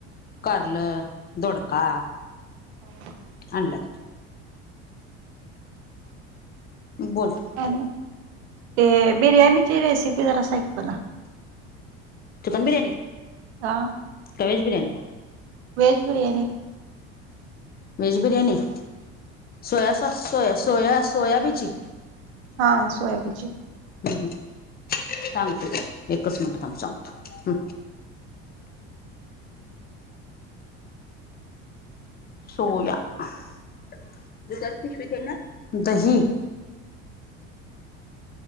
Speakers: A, on the left; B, on the right.
A: कारंल, दोडका
B: <inaudible>
A: आणलत. बोल.
B: काय नय. ते बिर्याणीची रेसिपी जरा सागं मला.
A: चिकन बिरयाणी.
B: का?
A: का hedge biryani.
B: Veg biryani.
A: Veg biryani <unintelligible> का सोया-सोया सोयाबीची.
B: हा सोयाबीची.
A: ह्म ह्म सांगते, एकच मिनट थांब सांगतो. सोया, दुधाची पिशवीत हे ना. दही